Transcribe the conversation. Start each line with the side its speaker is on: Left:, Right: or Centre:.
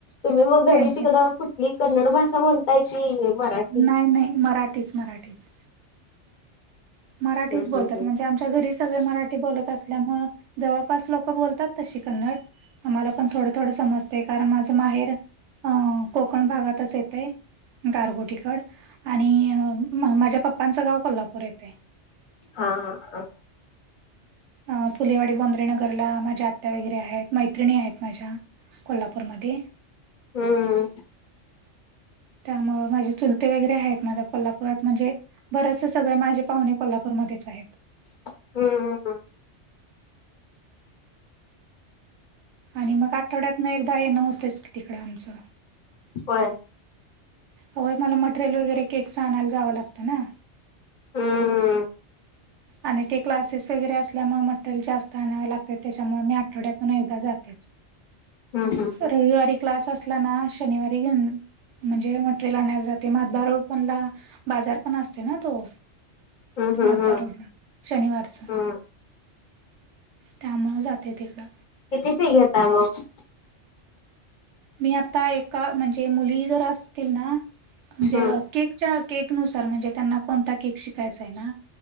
Left: तुम्ही मग
Right: त्यांचे
Left: घरी तिकड कुठली कन्नड भाषा बोल? काही ते आहे मराठी?
Right: नाही, नाही. मराठीच, मराठीच. मराठीच
Left: हम्म
Right: बोलतात
Left: हम्म हम्म
Right: म्हनजे ऽ म्हणजे आमच्या घरी सगळे मराठी बोलत असल्यामुळ,,,, जवळपास लोक बोलतात तशी कन्नडऽ आम्हाला पण थोडं, थोडं समजतय, कारण माझं माहेर अं ऽकोकण भागातच येतय. गारगोटीकड,, आणि माझ्या पप्पांचं गाव कोल्हापूर येतय.
Left: हा, हा,
Right: अ फुलेवाडी बोंद्रेनगरला माझ्या आत्या वगैरे आहेत,, मैत्रिणी आहेत माझ्या,, कोल्हापूरमध्ये.
Left: हम्म,
Right: त्यामुळं माझे चुलते वगैरे आहेत,, माझ्या कोल्हापुरात म्हणजेऽ बरेचसे सगळे माझे पाहुणे कोल्हापूरमध्येच आहेत.
Left: हम, हम, हम
Right: आणि मग आठवड्यात न एकदा येणं होतंयच की तिकडं आमचं.
Left: वय,,
Right: होय मला मटेरियल वगैरे केकच आणायला जावं लागतं ना,,
Left: हम्म हम
Right: आणि ते क्लासेस वगैरे असल्यामुळे म्हट जास्त आणावे लागत त्याच्यामुळे मी आठवड्यातून एकदा जातेच.
Left: हम्म हम्म
Right: रविवारी क्लास असला ना शनिवारी घेऊन म्हणजे मटेरियल आणायला जाते मातबार पणला बाजार पण असते ना तो
Left: हम्म हम्म
Right: माधदा
Left: हम्म
Right: रोडला शनिवारचा.
Left: हम्म
Right: त्यामुळे जाते तिकडं.
Left: किती फी घेता मग.
Right: मी आता ए म्हणजे मुली जर असतील ना म्हणजे
Left: हम्म
Right: केक. केक नुसार म्हणजे त्यांना कोणता केक शिकायचाय ना